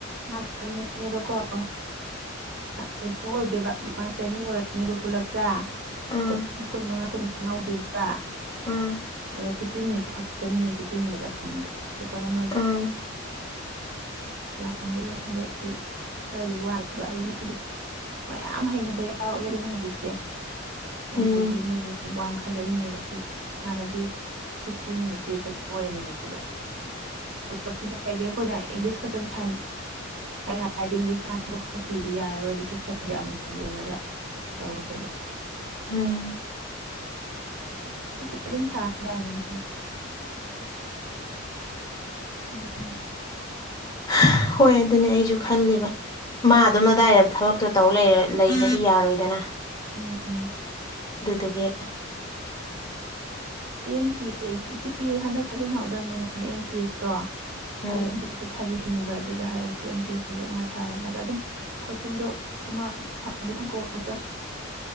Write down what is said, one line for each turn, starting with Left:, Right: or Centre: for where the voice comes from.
Right: ꯃꯥꯅꯤꯅꯦꯕꯀꯣ <inaudible> ꯀꯩꯅꯣ ꯑꯣꯏꯗꯣꯏꯕ ꯃꯥ ꯆꯅꯤ ꯑꯣꯏꯔꯅꯦꯕ ꯄꯨꯜꯂꯞꯇ
Left: ꯎꯝ
Right: ꯀꯣꯏꯁꯟ ꯀꯨꯟ ꯃꯉꯥ ꯀꯨꯟ ꯃꯉꯥ ꯑꯣꯏꯗꯣꯏꯔꯤꯕ
Left: ꯑꯥ
Right: ꯑꯗꯣꯤꯐꯇꯤꯟ ꯃꯤꯅꯤꯠꯇꯨ ꯈꯛꯀꯅꯤ ꯐꯤꯞꯇꯤꯟ ꯃꯤꯅꯤꯠ ꯑꯃꯃꯝꯗ ꯄꯦꯄꯔ ꯑꯃꯒꯤ
Left: ꯎꯝ
Right: <inaudible> ꯌꯥꯝꯗ ꯍꯟꯗꯛꯇꯤ ꯈꯔꯗꯤ ꯋꯥꯏꯕ ꯍꯥꯏꯗꯤ ꯃꯤꯗꯨ ꯃꯌꯥꯝ ꯍꯩꯅꯕ ꯌꯥꯎꯔꯛꯂꯦꯗꯅ ꯍꯧꯖꯤꯛꯇꯤ ꯑꯗꯨꯗꯨꯒꯤ
Left: ꯎꯝ
Right: ꯃꯣꯏꯗꯨ ꯋꯥꯡꯈ ꯐꯔꯩꯂꯛꯏꯅꯦꯕꯥ ꯁꯤꯁꯦ ꯍꯥꯟꯅꯗꯤ ꯁꯤꯛꯁꯇꯤ ꯃꯤꯅꯠꯁꯦ ꯀꯩꯅꯣ ꯑꯣꯏꯔꯝꯃꯤꯅꯦꯕꯥ꯫ ꯂꯞꯁꯤꯒꯦ ꯍꯥꯏꯗꯤ ꯑꯩꯈꯣꯏꯅ ꯏꯪꯂꯤꯁ ꯈꯛꯇꯪ ꯊ ꯀꯩ ꯍꯥꯏꯔꯗꯤ <inaudible> ꯊꯠꯄꯁꯨ ꯌꯥꯔꯔꯣꯏꯕ ꯁꯦꯛꯁꯟꯁꯦ ꯑꯃꯃꯝ ꯂꯣꯏꯔꯒ ꯇꯧꯔꯗꯣꯏꯕꯥ꯫
Left: ꯎꯝꯝ
Right: ꯁꯤꯁꯦ ꯑꯗꯨꯝ ꯊꯥꯕꯥ ꯌꯥꯅꯤꯅꯦ꯫ ꯑꯣꯥꯑꫭ <inaudible>
Left: ꯍꯥꯥ ꯍꯣꯏ ꯑꯗꯨꯅꯦ ꯑꯩꯁꯨ ꯈꯜꯂꯤꯕꯥ꯫ ꯃꯥ ꯑꯗꯨꯝ ꯑꯗꯨꯋꯥꯏꯗ ꯊꯕꯛꯇꯣ ꯇꯧ ꯂꯩꯕꯗꯤ ꯌꯥꯔꯣꯏꯗꯅꯥ
Right: ꯎꯝꯝ ꯎꯝꯝ
Left: ꯑꯗꯗꯨꯒꯤ
Right: ꯑꯦꯝ ꯇꯤ ꯑꯦꯁ ꯁꯤ ꯍꯟꯗꯛ ꯊꯇꯤꯟꯍꯧꯗ꯭ꯔꯕꯅꯤꯅꯅꯦ ꯑꯦꯝ ꯇꯤ ꯑꯦꯁꯇꯣ
Left: ꯎꯝ
Right: ꯑꯩ ꯑꯗꯨꯁꯨ ꯊꯥꯖꯟꯅꯤꯡꯕ ꯑꯗꯨꯗ ꯍꯥꯏꯔꯛꯀꯦ ꯑꯝꯇꯦꯛꯁꯇꯨꯁꯨ ꯃꯥ ꯊꯥꯍꯜꯂꯒ ꯑꯗꯨꯝ ꯀꯣꯆꯤꯡꯗꯣ ꯑꯃꯥ ꯐꯥꯎꯟꯗꯦꯁꯟ ꯀꯣꯔꯁꯇꫭ